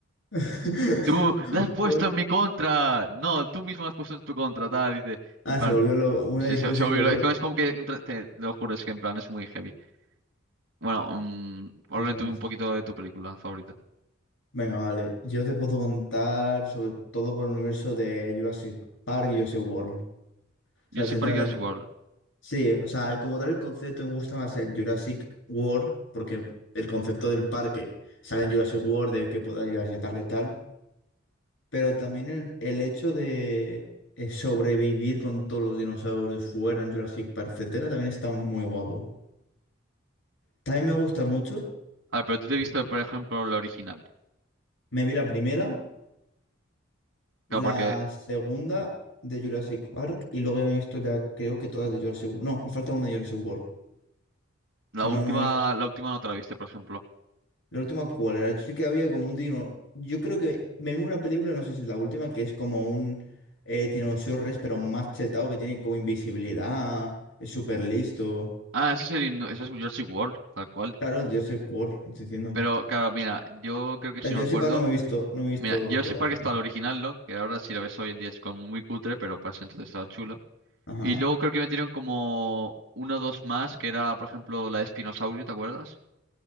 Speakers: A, on the left; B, on the right.
A: <laughs>
B: Tú la has puesto
A: Joder.
B: en mi contra. No, tú mismo la has puesto en tu contra, tal. Dice,
A: Ah,
B: en plan,
A: se volvió loco. Una
B: sí,
A: discusión
B: se, se volvió-
A: y se volvió
B: Es
A: loco.
B: como es como que, un tra- te, te lo juro, es que en plan es muy heavy. Bueno, mm, háblame
A: Cojones.
B: tú un poquito de tu película favorita.
A: Venga, vale. Yo te puedo contar sobre todo por el universo de Jurassic Park y Jurassic World. O sea,
B: Yo soy
A: sinceramente,
B: Parque igual.
A: sí, o sea, como tal el concepto me gusta más el Jurassic World, porque el concepto del parque sale en Jurassic World, de que poder ir a visitarlo y tal. Pero también el, el hecho de eh, sobrevivir con todos los dinosaurios fuera en Jurassic Park, etcétera, también está muy guapo. También me gusta mucho.
B: A ver, pero tú te viste,
A: Sí.
B: por ejemplo, la original.
A: Me vi la primera. la
B: Claro, porque
A: segunda de Jurassic Park y luego ya me he visto ya creo que todas de Jurassic World. No, me falta una de Jurassic World. O
B: la
A: sea,
B: última,
A: no me he visto.
B: la última no te la viste, por ejemplo.
A: La última, ¿cuál era? Yo sé que había como un dino. Yo creo que me vi una película, no sé si es la última, que es como un eh, Tiranosaurio Rex, pero más chetado, que tiene como invisibilidad, es súper listo.
B: Ah, ese es el, himno- ese es Jurassic World, tal cual.
A: Claro, Jurassic World, te estoy diciendo.
B: Pero claro, mira, yo creo que si
A: La Jurassic
B: me acuerdo.
A: Park no me he visto, no me he visto
B: Mira, Jurassic
A: todas,
B: Park estaba
A: ¿no?
B: el original, ¿no? Que ahora si la ves hoy en día es como muy cutre, pero para ese entonces estaba chulo.
A: Ajá.
B: Y luego creo que metieron como uno o dos más, que era, por ejemplo, la de Espinosaurio, ¿te acuerdas?